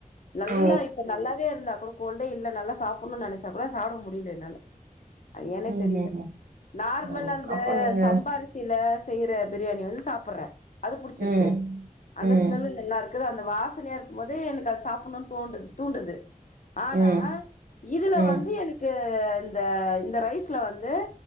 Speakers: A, on the left; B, on the right.
A: நல்லா
B: ஓ
A: இப்ப நல்லாவே இல்லே குடு கோல்டே இல்லே நல்லா சாப்புடணும் நெனச்சா கூட சாப்ட முடில என்னால அது ஏன்னே
B: ம்ஹுஹும்
A: தெரியல நார்மலா
B: ஓ
A: அந்த
B: அப்ப நீங்க
A: சம்பா அரிசில செய்ற பிரியாணிகள் சாப்புர்றேன் அது புடிச்சிருக்கு
B: ம்
A: அந்த
B: ம்
A: ஸ்மெல்லு நல்லா இருக்குது அந்த வாசனையா இருக்கும்போது எனக்கு அது சாப்புடன்ணும் தோண்டுது தூண்டுது ஆனா
B: ம்
A: இதுல
B: ம்
A: வந்து எனக்கு இந்த இந்த ரைஸ்ல வந்து